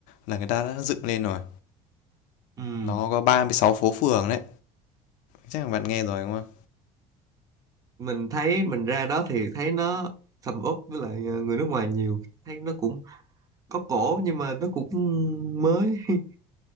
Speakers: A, on the left; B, on the right.
A: là người ta đã dựng lên rồi
B: ừ.
A: nó có 36 phố phường đấy chắc là bạn nghe rồi đúng không
B: mình thấy mình ra đó thì thấy nó sầm uất với lại ờ, người nước ngoài nhiều thấy nó cũng có cổ nhưng mà nó cũng mới <laughs>